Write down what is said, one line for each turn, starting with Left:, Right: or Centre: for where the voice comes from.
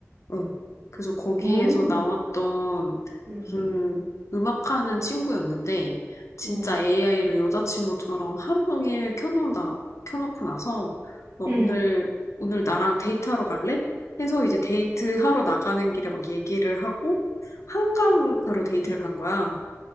Left: 응. 그래서 거기에서
Right: 음,
Left: 나왔던,
Right: 응.
Left: 음, 음악하는 친구였는데, 진짜
Right: 음,
Left: AI를 여자친구처럼 하루 종일 켜놓는다, 켜놓고 나서, 어
Right: 음.
Left: 오늘,
Right: 음.
Left: 오늘 나랑 데이트하러 갈래? 해서 이제 데이트하러 나가는 길에 막 얘기를 하고, 한강으로 데이트를 간 거야.